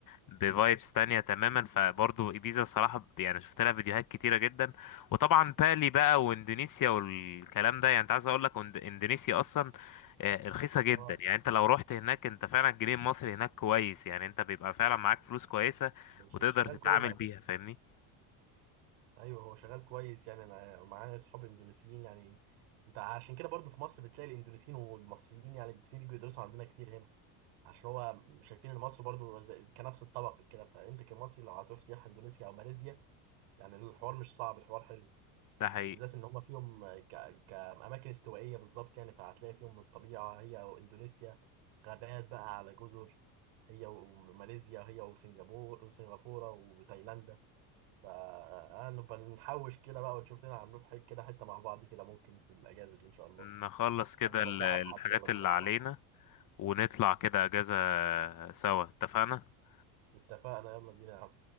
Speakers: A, on the left; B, on the right.
A: بفايبس تانية تماما فبرضه إيبيزا الصراحة ب- يعني شفت لها فيديوهات كتيرة جدا وطبعا بالي بقى وإندونيسيا والكلام ده يعني أنت عايز أقول لك إند- إندونيسيا أصلا آه، رخيصة جدا
B: اه
A: يعني أنت لو رحت هناك أنت فعلا الجنيه المصري هناك كويس يعني أنت بيبقى فعلا معاك فلوس كويسة
B: ش-
A: وتقدر
B: شغال
A: تتعامل
B: كويس على
A: بيها
B: فكره
A: فاهمني
B: ايوه هو شغال كويس يعني انا معايا اصحاب اندونيسيين يعني انت عشان كده برضو في مصر بتلاقي الإندونيسيين والمصريين يعني الإندونيسيين بيجوا يدرسوا عندنا كتير هنا عشان هو شايفين ان مصر برضو زي- كنفس الطبق كده فانت كمصري لو هتروح سياحة اندونيسيا او ماليزيا يعني الحوار مش صعب الحوار حلو
A: ده حقيقي
B: وبالذات ان هما فيهم ك... كأماكن استوائية بالظبط يعني فهتلاقي فيهم الطبيعة هي واندونيسيا غابات بقى على جزر هي وماليزيا هي وسنغافورة وسنغافورة وتايلاند فنبقى نحوش كده بقى ونشوف لنا هنروح حي- كده حتة مع بعض كده ممكن في الأجازة دي إن شاء الله
A: نخلص كده
B: حتى لو
A: ال-
B: دهب
A: الحاجات
B: حتى يلا بينا
A: اللي
B: مع
A: علينا
B: بعض
A: ونطلع كده اجازة سوا اتفقنا
B: اتفقنا يلا بينا يا عم